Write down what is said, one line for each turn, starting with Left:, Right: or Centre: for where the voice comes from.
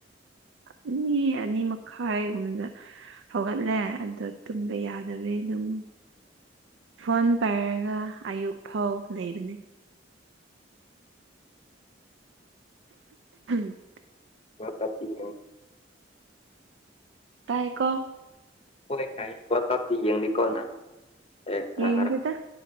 Right: ꯑꯅꯤ ꯑꯅꯤ ꯃꯈꯥꯏꯒꯨꯝꯕꯗ ꯍꯧꯒꯠꯂꯦ ꯑꯣ ꯇꯨꯝꯕ ꯌꯥꯗꯕꯩ ꯑꯗꯨꯝ ꯐꯣꯟ ꯄꯥꯏꯔꯒ ꯑꯌꯨꯛ ꯐꯥꯎ ꯂꯩꯕꯅꯦ ꯎꯝ
Left: ꯑ ꯀꯇꯤꯦ
Right: ꯇꯀꯣ
Left: ꯍꯣꯏ ꯇꯥꯏ ꯋꯥ ꯀꯞꯇꯤ ꯌꯦꯡꯅꯤꯀꯣꯅ ꯑꯦ ꯉꯔꯥꯡ
Right: ꯌꯦꯡꯗꯦꯗ